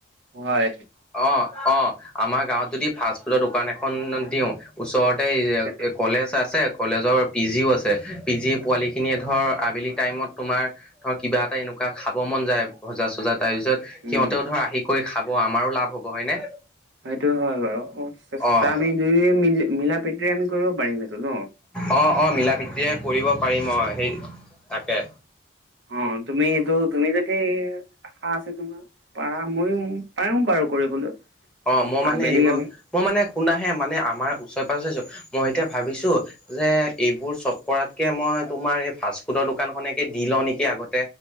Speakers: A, on the right (about 65°); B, in the centre.
A: হয়।
B: অ অ আমাৰ গাঁৱত যদি ফাষ্ট-ফুডৰ দোকান এখন দিওঁ ওচৰত তেই
A: সেইটো
B: কলেজ আছে কলেজৰ পিজী ও আছে, পিজী পোৱালিখিনিয়ে ধৰ আবেলি টাইমত তোমাৰ ধৰ কিবা এটা এনেকুৱা খাব মন যায় ভজা-চজা তাৰ পিছত। সিহঁতেও
A: উম
B: ধৰ আহি কৰি খাব আমাৰো লাভ হ'ব হয়নে?
A: সেইটো হয় বাৰু অচেষ্টা
B: অ
A: আমি দুয় মিল মিলা প্ৰীতিৰে আমি কৰিব পাৰিম সেইটো ন।
B: অ অ মিলা প্ৰীতিৰে কৰিব পাৰিম অ সেই তাকে
A: অ তুমিটো তুমি যতি আশা আছে তোমাৰ পাৰ, ময়ো পাৰো বাৰু কৰিবলৈ।
B: অ মই মানে
A: আবেলি
B: এইবোৰ
A: আমি
B: মই মানে শুনাহে মানে আমাৰ ওচৰে পাজৰে মই এতিয়া ভাবিছো যে এইবোৰ চব কৰাতকে মই তোমাৰ এই ফাষ্টফুডৰ দোকান খনেকে দি লওঁ নেকি আগতে?